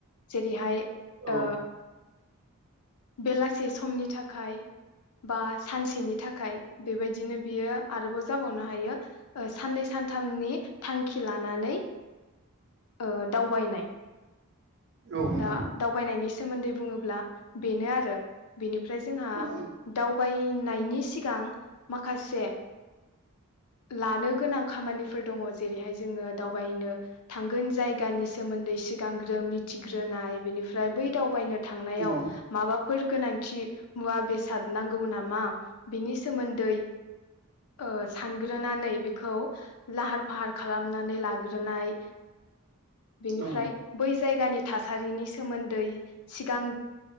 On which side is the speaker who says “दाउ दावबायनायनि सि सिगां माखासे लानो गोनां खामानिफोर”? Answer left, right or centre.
Left